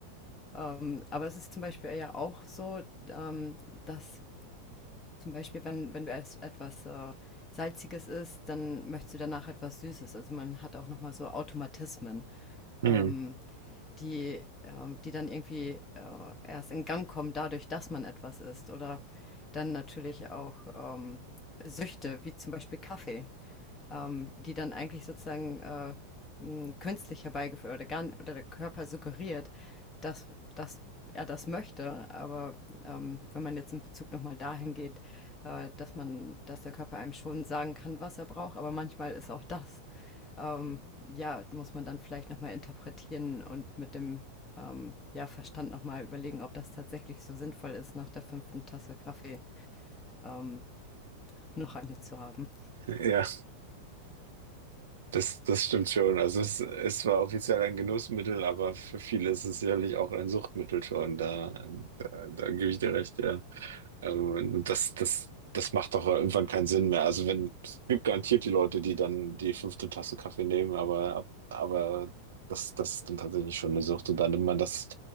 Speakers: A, on the left; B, on the right.
A: Ähm, aber es ist zum Beispiel ja auch so, ähm, dass zum Beispiel, wenn, wenn du erst etwas äh, Salziges isst, dann möchtest du danach etwas Süßes. Also man hat auch nochmal so Automatismen,
B: Hm.
A: ähm, die, ähm, die dann irgendwie äh, erst in Gang kommen, dadurch, dass man etwas isst. Oder dann natürlich auch ähm, Süchte, wie zum Beispiel Kaffee ähm, die dann eigentlich sozusagen äh, künstlich herbeigeführt oder, gar, oder der Körper suggeriert, dass, dass er das möchte. Aber ähm, wenn man jetzt in Bezug nochmal dahin geht, äh, dass man, dass der Körper einem schon sagen kann, was er braucht, aber manchmal ist auch das, ähm, ja, muss man dann vielleicht nochmal interpretieren und mit dem ähm, ja, Verstand nochmal überlegen, ob das tatsächlich so sinnvoll ist, nach der fünften Tasse Kaffee ähm, noch eine zu haben.
B: Ja. Das, das stimmt schon. Also es es war offiziell ein Genussmittel, aber für viele ist es sicherlich auch ein Suchtmittel schon. Da, da, da gebe ich dir recht, ja. Ähm, und das, das, das macht doch irgendwann keinen Sinn mehr. Also wenn, es gibt garantiert die Leute, die dann die fünfte Tasse Kaffee nehmen, aber, aber das, das ist dann tatsächlich schon eine Sucht. Und dann nimmt man das,